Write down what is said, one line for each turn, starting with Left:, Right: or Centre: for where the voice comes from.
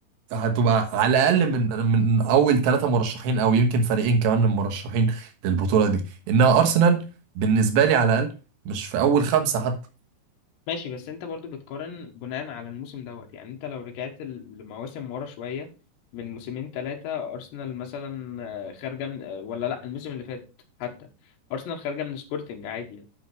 Right: هتبقى على الاقل من من اول ثلاثه مرشحين او يمكن فريقين كمان من المرشحين للبطوله دي انها ارسنال بالنسبه لي على الاقل مش في اول خمسه حتى
Left: ماشي بس انت برضو بتقارن بناء على الموسم دوت يعني انت لو رجعت ال- لمواسم ورا شوية من موسمين ثلاثة أرسنال مثلا آه، خارجة من آه، ولا لأ الموسم اللي فات حتى أرسنال خارجة من سبورتنج عادي يعني